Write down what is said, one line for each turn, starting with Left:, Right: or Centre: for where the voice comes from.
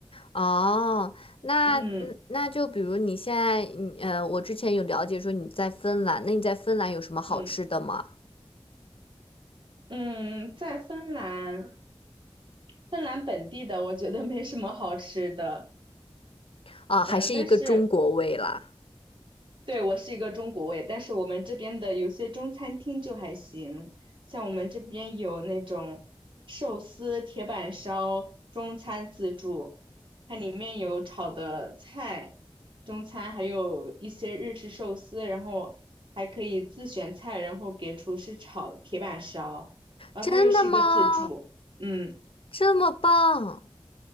Left: 哦，那嗯，
Right: 嗯
Left: 那就比如你现在，你呃，我之前有了解说你在芬兰，那你在芬兰有什么好吃的吗？
Right: 嗯嗯，在芬兰，芬兰本地的我觉得没什么好吃的。
Left: 啊，
Right: 嗯，
Left: 还是一个中国味啦。
Right: 但是对，我是一个中国胃，但是我们这边的有些中餐厅就还行，像我们这边有那种寿司、铁板烧、中餐自助，它里面有炒的菜，中餐还有一些日式寿司，然后还可以自选菜，然后给厨师炒铁板烧，然后它又是一个自助，
Left: 真的吗？
Right: 嗯，
Left: 这么棒